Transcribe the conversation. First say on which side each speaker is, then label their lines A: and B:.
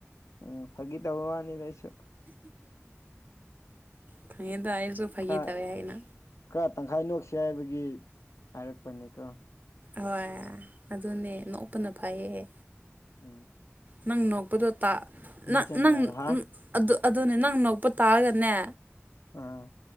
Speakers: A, on the left (about 80°); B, on the right (about 35°).
A: ꯎꯝ ꯐꯥꯒꯤ ꯇꯕ ꯋꯥꯅꯤꯗ ꯑꯩꯁꯨ
B: ꯐꯪꯉꯦꯗ ꯑꯩꯁꯨ ꯐꯈꯤ
A: ꯈꯔ
B: ꯇꯧꯋꯦ ꯍꯥꯏꯅ
A: ꯈꯔ ꯇꯪꯈꯥꯏ ꯅꯣꯛꯁꯤ ꯍꯥꯏꯕꯒꯤ ꯍꯥꯏꯔꯛꯄꯅꯦꯀꯣ
B: ꯍꯣꯏ ꯑꯗꯨꯅꯦ ꯅꯣꯛꯄꯅ ꯐꯩꯌꯦ
A: ꯎꯨꯝ
B: ꯅꯪ ꯅꯣꯛꯄꯗꯣ ꯅꯪ
A: ꯆꯪꯉꯦꯗ
B: ꯅꯪ
A: ꯍꯥ
B: ꯑꯗꯨꯅꯦ ꯅꯪ ꯅꯣꯛꯄ ꯇꯥꯔꯒꯅꯦ
A: ꯑꯥ